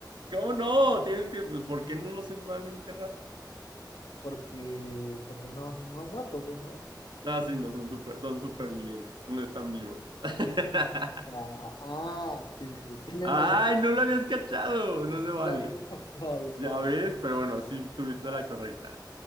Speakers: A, on the right; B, on the left.
A: ¿Cómo no? Tienes que, pues, ¿por qué no los en- vas a enterrar?
B: porque, porque no, no ha muerto, pues, ¿no?
A: Ah, sí, no, son super, son supervivientes, no están vivos. <laughs>
B: Ya, ah, sí, sí, tiene
A: Ay,
B: más sentido.
A: no lo habías cachado, no se vale.
B: No, la- <laughs> no, del
A: Ya
B: todo
A: ves,
B: no.
A: pero bueno, sí tuviste la correcta.